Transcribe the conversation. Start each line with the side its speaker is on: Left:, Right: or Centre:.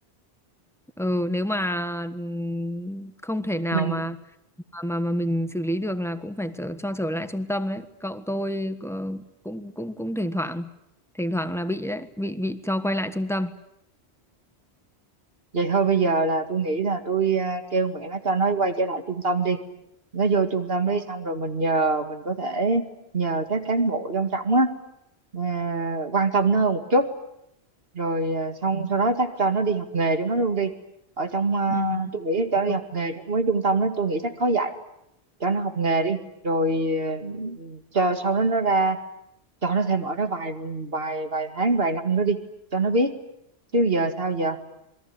Centre: ừ nếu mà ừm, không thể nào
Right: mình
Centre: mà mà mà mà mình xử lý được là cũng phải trở, cho trở lại trung tâm đấy cậu tôi ờ, cũng cũng cũng thỉnh thoảng thỉnh thoảng là bị đấy bị bị cho quay lại trung tâm
Right: Vậy thôi bây giờ là tôi nghĩ là tôi à, kêu mẹ nó cho nó quay trở lại trung tâm đi. Nó vô trung tâm đi xong rồi mình nhờ mình có thể nhờ các cán bộ trong trọng á à, quan tâm nó hơn một chút rồi à, xong sau đó chắc cho nó đi học nghề chúng nó luôn đi. Ở trong à,
Centre: Ừ.
Right: tôi nghĩ
Centre: Đúng
Right: cho nó đi
Centre: rồi.
Right: học nghề trong mấy trung tâm đó tôi nghĩ chắc có dạy cho nó học nghề đi rồi à, cho sau đó nó ra cho nó thêm ở đó vài vài vài tháng vài năm nữa đi cho nó biết chứ giờ sao giờ